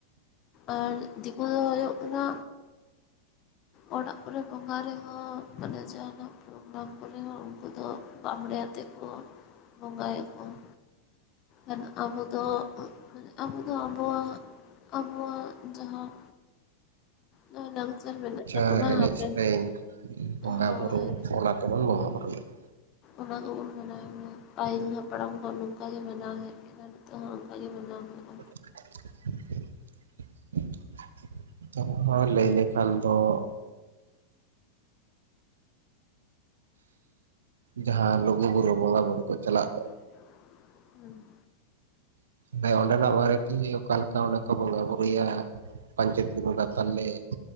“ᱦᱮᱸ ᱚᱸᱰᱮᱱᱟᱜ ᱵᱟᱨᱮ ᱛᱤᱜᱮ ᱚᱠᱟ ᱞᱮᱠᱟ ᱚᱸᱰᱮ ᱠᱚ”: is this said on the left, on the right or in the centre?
Right